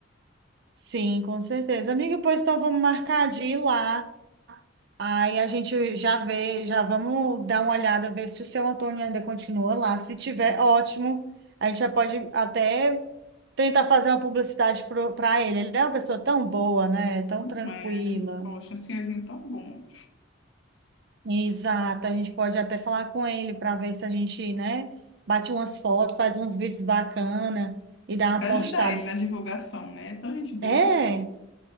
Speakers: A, on the right (about 55°); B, on the left (about 60°).
A: Sim, com certeza. Amiga, pois então vamos marcar de ir lá. Aí a gente já vê, já vamos dar uma olhada, ver se o seu Antônio ainda continua lá. Se tiver, ótimo. A gente já pode até tentar fazer uma publicidade para ele. Ele é uma pessoa tão boa, né? Tão tranquila.
B: Mas, poxa, um senhorzinho tão bom.
A: Exato. A gente pode até falar com ele para ver se a gente, né, bate umas fotos, faz uns vídeos bacana e dá uma
B: Pra
A: postada
B: ajudar ele na divulgação, né? É Tão gente boa.
A: É,